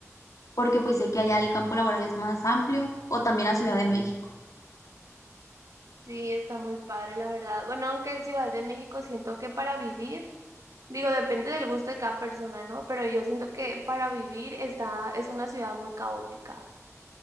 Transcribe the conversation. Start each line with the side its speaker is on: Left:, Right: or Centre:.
Left: porque pues sé que allá el campo laboral es más amplio, o también a Ciudad de México.
Right: Sí, está muy padre, la verdad. Bueno, aunque Ciudad de México siento que para vivir Digo, depende del gusto de cada persona, ¿no? Pero yo siento que para vivir está, es una ciudad muy caótica.